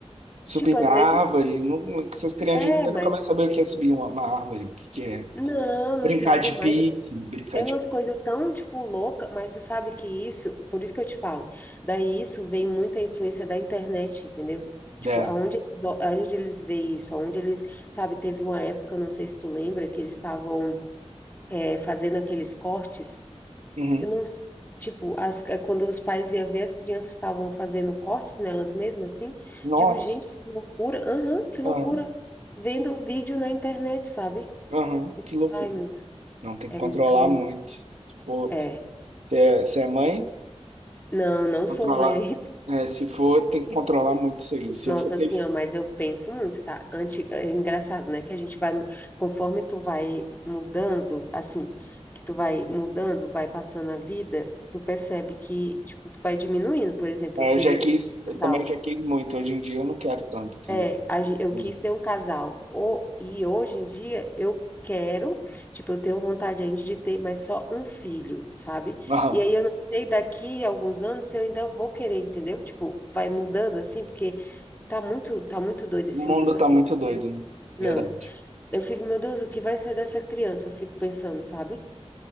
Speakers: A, on the right (about 75°); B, on the left (about 15°).
A: subir
B: Tipo,
A: em
B: às
A: árvore,
B: vezes,
A: não, essas crianças
B: é,
A: hoje em dia
B: mas
A: nunca vai saber o que é subir uma, uma árvore, o que que é
B: não, não
A: brincar
B: sabe
A: de
B: mais
A: pique, brincar
B: É
A: de...
B: umas coisas tão, tipo, louca, mas tu sabe que isso, por isso que eu te falo, daí isso vem muito a influência da internet, entendeu? Tipo,
A: É.
B: aonde eles, o- aonde eles veem isso, aonde eles, sabe, teve uma época, não sei se tu lembra, que eles estavam é, fazendo aqueles cortes,
A: Uhum.
B: eu não sei, tipo, as, é, quando os pais iam ver, as crianças estavam fazendo cortes nelas mesmas, assim,
A: Nossa,
B: tipo, gente, que loucura, aham, que loucura,
A: aham,
B: vendo vídeo na internet, sabe?
A: aham, que loucura.
B: Ai, meu Deus,
A: Não, tem que
B: é
A: controlar
B: muito,
A: muito. Se for,
B: é...
A: se é, se é mãe,
B: Não, não
A: controlar...
B: sou mãe
A: É, se for, tem que controlar muito isso aí. Se
B: Nossa,
A: eu for ter
B: assim, ó, mas eu penso muito, tá? Antes, é engraçado, né? Que a gente vai, conforme tu vai mudando, assim, que tu vai mudando, vai passando a vida, tu percebe que, tipo, tu vai diminuindo. Por exemplo,
A: É,
B: eu queria
A: eu já quis,
B: ter um
A: eu
B: casal.
A: também já quis muito. Hoje em dia eu não quero tanto, entendeu?
B: É, a gen- eu
A: Entendi.
B: quis ter
A: <laughs>
B: um casal. O, e hoje em dia eu quero, tipo, eu tenho vontade ainda de ter, mas só um filho, sabe?
A: Não,
B: E aí eu não sei daqui a alguns anos se eu ainda vou querer, entendeu? Tipo, vai mudando assim, porque tá muito, tá muito doido esse
A: o mundo
B: mundo
A: tá
B: assim.
A: muito doido, né?
B: Não.
A: Verdade.
B: Eu fico, meu Deus, o que vai ser dessa criança? Eu fico pensando, sabe?